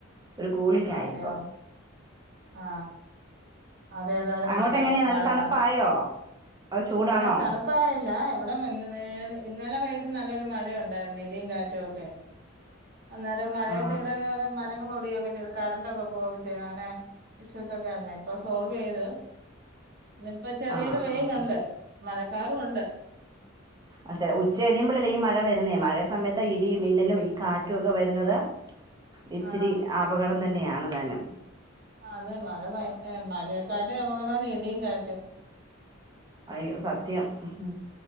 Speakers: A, on the right (about 20°); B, on the right (about 50°).
A: ഒരു കൂളിംഗ് ആയി
B: അതെയോ
A: ഇപ്പം
B: ആ അത ഏതായാലും
A: അങ്ങോട്ട്
B: നന്നായി
A: എങ്ങനെയാ നല്ല
B: മഴ
A: തണുപ്പായോ
B: മാ
A: അത് ചൂടാണോ
B: ഇവിടെ തണുപ്പായില്ല ഇവിടെ ഇന്നലെ വൈകിട്ട് നല്ലൊരു മഴയ ഉണ്ടായിരുന്നു ഇടിയും കാറ്റും ഒക്കെ അന്നേരം മഴയത്ത്
A: ആ
B: ഇവിടെ വേറെ മരങ്ങളൾോടിയയൊക്കെ ചെയ്ത കറണ്ട്ക്കെ പോവുകെ ചെയ്താനെ അങ്ങനെ ഇഷ്യൂസ് ഒക്കെ ഉണ്ടായിരുന്നു ആ സോൾവയത് ഇപ്പൊ ചെറിയൊരു
A: ആ
B: വെയിലുണ്ട്
A: ആ
B: മഴക്കാറുംണ്ട് ഉ
A: അ ഉച്ച കഴിയുമ്പഴല്ലേ ഈ മഴ വരുന്നേ മഴ സമയത്ത് ഇടിയും ഇിന്നലും ഈ കാ ക്കെ വരുന്നത് ഇച്ചിരി
B: ആഹ്
A: അപകടം തന്നെയാണ് സണദാനം
B: അതെ മഴ പയ മഴയെക്കാട്ടിം അപകടമാണ് ഇടിയും കാറ്റും
A: അയ്യോ സത്യം ഉ